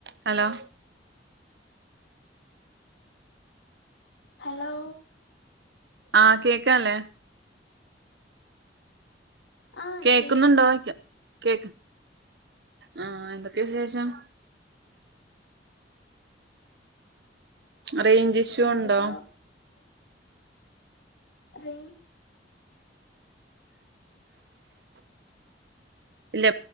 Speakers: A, on the right; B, on the left.
A: Hello
B: hello
A: ആ കേക്കാല്ലേ.
B: ആഹ്
A: കേക്കന്നുണ്ടോന്ന്
B: കേക്കാം
A: യ്ക്ക കേക്ക് ആ എന്തൊക്കെയാ വിശേഷം റേഞ്ച് ഇഷ്യൂ
B: ഞാനിതാ
A: ഉണ്ടോ?
B: റെയ്
A: ഇല്ല